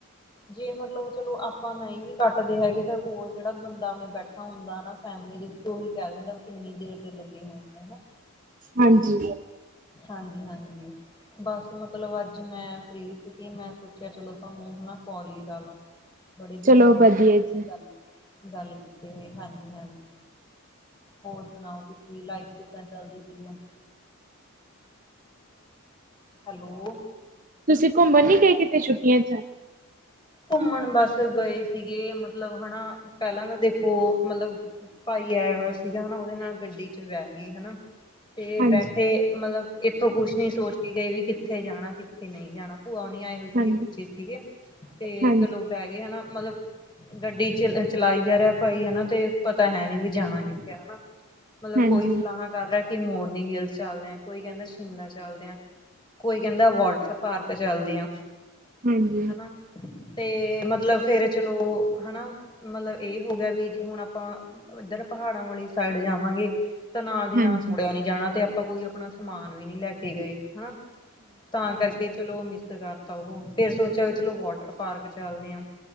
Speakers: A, on the left; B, on the right.
A: ਜੇ ਮਤਲਬ ਚਲੋ ਆਪਾਂ ਨਹੀਂ ਵੀ ਕੱਟਦੇ ਹੈਗੇ ਤਾਂ ਫੋਨ ਜਿਹੜਾ ਬੰਦਾ ਆਪਣੇ ਬੈਠਾ ਹੁੰਦਾ ਨਾ ਫੈਮਲੀ ਦੇ ਵਿੱਚ ਉਹੀ ਕਹਿ ਦਿੰਦਾ ਕਿੰਨੀ ਦੇਰ ਦੇ ਲੱਗੇ ਹੋਏ ਹਨਾ।
B: ਹਾਂਜੀ।
A: ਹਾਂਜੀ - ਹਾਂਜੀ। ਬਸ ਮਤਲਬ ਅੱਜ ਮੈਂ ਫਰੀ ਸੀਗੀ ਮੈਂ ਸੋਚਿਆ ਚਲੋ ਮੈਂ ਤੁਹਾਨੂੰ ਹਨਾ ਕੋਲ ਹੀ ਲਾ ਲਾ। ਬੜੇ ਦਿਨ
B: ਚਲੋ
A: ਹੋ ਗਏ
B: ਵਧੀਆ
A: ਸੀ ਤੁਹਾਡੇ
B: ਜੀ।
A: ਨਾਲ ਗੱਲ ਗੱਲ ਕੀਤੇ ਹੋਏ ਹਾਂਜੀ - ਹਾਂਜੀ ਹੋਰ ਸੁਣਾਓ ਤੁਸੀਂ, ਲਾਈਫ ਕਿੱਦਾਂ ਚੱਲਦੀ ਪਈ ਆ। ਹੈਲੋ
B: ਤੁਸੀਂ ਘੁੰਮਣ ਨੀ ਗਏ ਕੀਤੇ ਛੁੱਟੀਆਂ 'ਚ'।
A: ਘੁੰਮਣ ਬਸ ਗਏ ਸੀਗੇ ਮਤਲਬ ਹਨਾ ਪਹਿਲਾਂ ਤਾਂ ਦੇਖੋ ਮਤਲਬ ਭਾਈ ਆਇਆ ਹੋਇਆ ਸੀਗਾ ਹਨਾ ਉਹਦੇ ਨਾਲ ਗੱਡੀ 'ਚ' ਵਹਿ ਗਈ ਹਨਾ। ਤੇ
B: ਹਾਂਜੀ,
A: ਬੈਠੇ ਮਤਲਬ ਇੱਥੋਂ ਕੁਛ ਨੀ ਸੋਚ ਕੇ ਗਏ ਵੀ ਕਿੱਥੇ ਜਾਣਾ ਕਿੱਥੇ ਨਹੀਂ ਜਾਣਾ? ਭੂਆ ਹੋਨੀ ਆਏ ਹੋਏ ਸੀਗੇ
B: ਹਾਂਜੀ,
A: ਬੱਚੇ ਸੀਗੇ ਤੇ
B: ਹਾਂਜੀ,
A: ਚਲੋ ਬਹਿ ਗਏ ਹਨਾ ਮਤਲਬ ਗੱਡੀ ਚ ਚਲਾਈ ਜਾ ਰਿਹਾ ਭਾਈ ਹਨਾ ਤੇ ਪਤਾ ਹੈ ਵੀ ਜਾਣਾ ਕਿੱਥੇ ਆ? ਹਨਾ ਮਤਲਬ
B: ਹਾਂਜੀ,
A: ਕੋਈ ਸਲਾਹਾ ਕਰ ਰਿਹਾ ਕਿ ਮੋਰਨੀ ਹਿਲਸ ਚੱਲਦੇ ਆ, ਕੋਈ ਕਹਿੰਦਾ ਸ਼ਿਮਲਾ ਚੱਲਦੇ ਆ, ਕੋਈ ਕਹਿੰਦਾ ਵਾਟਰ ਪਾਰਕ ਚਲਦੀਆਂ
B: ਹਾਂਜੀ, ਹਾਂਜੀ।
A: ਹਨਾ। ਤੇ ਮਤਲਬ ਫੇਰ ਚਲੋ ਹਨਾ ਮਤਲਬ ਇਹ ਹੋ ਗਿਆ ਵੀ ਜੇ ਹੁਣ ਆਪਾਂ ਇੱਧਰ ਪਹਾੜਾਂ ਵਾਲੀ ਸਾਈਡ ਜਾਵਾਂਗੇ। ਤਾਂ ਨਾਲ ਦੀ
B: ਹਾਂਜੀ,
A: ਨਾਲ ਮੁੜਿਆ ਨੀ ਜਾਣਾ ਤੇ ਆਪਾਂ ਕੋਈ ਆਪਣਾ ਸਮਾਨ ਵੀ ਨਹੀਂ ਲੈ ਕੇ ਗਏ ਹਨਾ। ਤਾਂ ਕਰਕੇ ਚਲੋ ਮਿਸ ਕਰਤਾ ਉਹੋ ਫੇਰ ਸੋਚਿਆ ਵੀ ਚਲੋ ਵਾਟਰ ਪਾਰਕ ਚੱਲਦੇ ਆ